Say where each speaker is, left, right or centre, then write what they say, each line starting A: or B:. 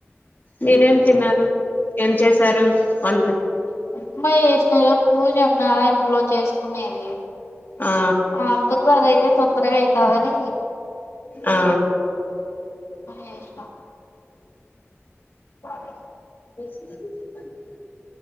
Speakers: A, on the left (about 45°); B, on the left (about 75°).
A: మీరేం
B: ఆ
A: తిన్నారు ఏం చేశారు వంట
B: ప్మా చేసిన ఈ రోజు పూజన్నదా ఇంట్లో చేసుకునేది
A: ఆ
B: ఆ అందుకు అదైతే తొందరగా ఐతదని
A: ఆ
B: చేసిన సరే
A: చేసు <unintelligible>